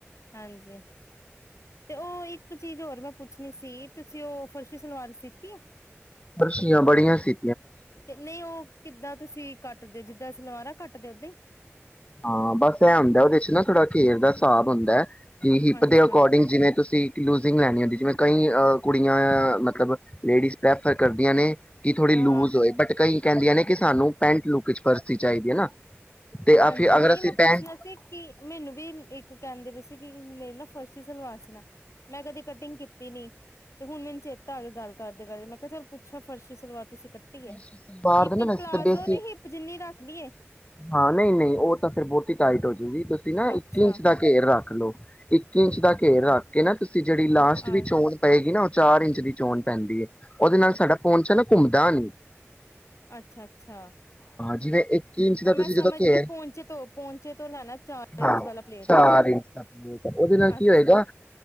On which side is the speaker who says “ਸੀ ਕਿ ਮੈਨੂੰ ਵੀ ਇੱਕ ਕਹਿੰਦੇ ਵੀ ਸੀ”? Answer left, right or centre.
Left